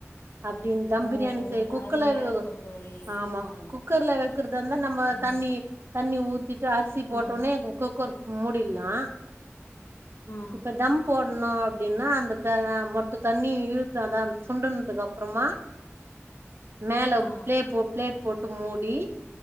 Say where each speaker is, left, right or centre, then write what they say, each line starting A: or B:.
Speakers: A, on the right; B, on the left.
A: அப்டின் தம்
B: ஓ
A: பிரியாணி செய் குக்குலரு
B: அருமையா இருக்கு தோழி
A: ஆமா
B: ஆ
A: குக்கர்ல வச் க்றதா இந்தா நம்ம
B: ம்
A: தண்ணி தண்ணி ஊத்திட்டு அரிசி போட்டோனே
B: ம்
A: குக் குக்கர் முடில்லா
B: ம்
A: இப்ப தம் போட்ணு அப்பிடின்னா அந்த மொத்த தண்ணி இழுத்து அத சுண்டனுதுக் அப்பறமா மேல
B: ஆ
A: பிளே போ பிளேட் போட்டு மூடி